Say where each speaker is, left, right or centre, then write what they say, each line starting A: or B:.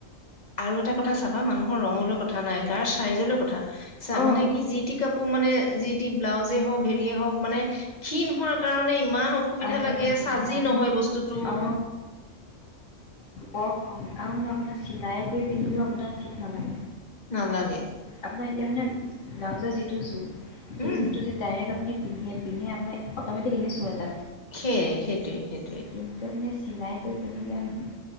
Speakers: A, on the left; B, on the left.
A: আৰু এটা কথা, চাবা মানুহৰ ৰঙলৈ কথা নাই গাৰ চাইজলৈ কথা। ছা
B: অ
A: মানে কি, যি টি কাপোৰ মানে, যি, টি ব্লাউজে হওক, হেৰিয়ে হওক, মানে ক্ষীণ হোৱাৰ কাৰণে ইমান, অসুবিধা
B: আৰামে
A: লাগে
B: সুবিধা
A: চাজি নহয়, বস্তুতটো।
B: অ বৰ খং আৰু মানে আপোনাক চিলাই কৰি পিন্ধিলো আপোনাক, ঠিক নালাগে।
A: নালাগে।
B: আপোনাৰ এতিয়া মানে ব্লাউজৰ যিটো জুগ,
A: উম
B: সেই যুগটো যে ডাইৰেক্ট আপুনি, পিন্ধে- পিন্ধে আপোনি অটমেটিক এনেছো এটা।
A: সেয়ে সেইটোৱে। সেইটোৱে
B: কিন্তু আপনি, চিলাই কৰি পিন্ধিলেওঁ নহয়।